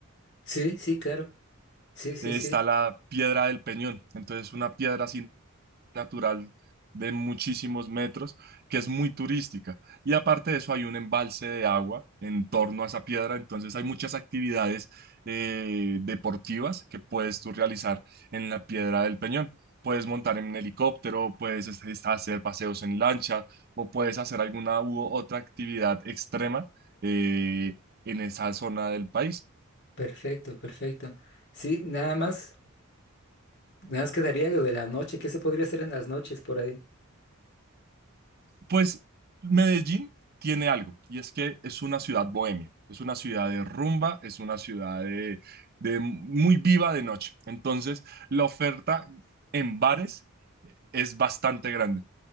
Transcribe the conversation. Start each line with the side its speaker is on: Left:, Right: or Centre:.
Left: Sí, sí, claro. Sí, sí,
Right: eh,
Left: sí.
Right: está la piedra del Peñón, entonces una piedra así natural de muchísimos metros, que es muy turística. Y aparte de eso, hay un embalse de agua en torno a esa piedra, entonces hay muchas actividades eh, deportivas que puedes tú realizar en la piedra del Peñón. Puedes montar en un helicóptero, puedes es- es- hacer paseos en lancha o puedes hacer alguna u otra actividad extrema eh, en esa zona del país.
Left: Perfecto, perfecto. Sí, nada más, nada más quedaría lo de la noche. ¿Qué se podría hacer en las noches por ahí?
Right: Pues Medellín tiene algo, y es que es una ciudad bohemia, es una ciudad de rumba, es una ciudad de, de muy viva de noche. Entonces, la oferta en bares es bastante grande